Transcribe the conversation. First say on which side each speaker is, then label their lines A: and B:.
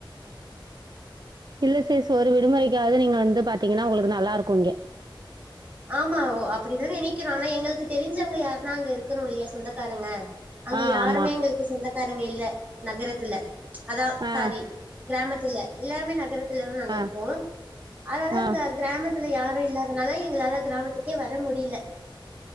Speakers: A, on the right; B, on the right.
A: இல்ல சிஸ் சோ ஒரு விடுமுறைக்காவது நீங்க வந்து பாத்தீங்கனா உங்களுக்கு நல்லாருக்கு இங்க
B: ஆமா ஓ அப்டிதான் நினைக்கிற ஆனா எங்களுக்கு தெரிஞ்சவங்க யாருனா அங்க இருக்கனு இல்லையா சொந்தக்காரங்க அங்க
A: ஆ
B: யாருமே
A: ஆமா
B: எங்களுக்கு சொந்த காரங்க இல்ல நகரத்துல அதான்
A: ஆ
B: சாரி கிராமத்தில எல்லாருமே நகரத்துல தான் நாங்க
A: ஆ
B: இருக்கோம் அதுனால
A: ஆ
B: இங்க கிராம தல யாரோ இல்லாதனால எங்களால கிராமத்துக்கே வர முடில